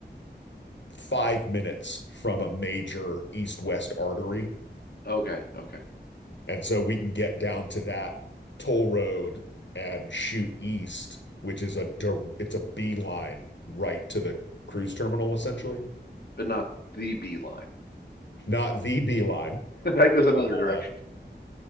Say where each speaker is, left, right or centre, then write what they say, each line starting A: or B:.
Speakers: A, on the left; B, on the left.
A: five minutes from a major east west artery.
B: Okay, okay.
A: And so we can get down to that toll road and shoot east, which is a it's a beeline right to the cruise terminal essentially.
B: But not the B line.
A: Not the Beeline.
B: <laughs> That goes another
A: Uh,
B: direction.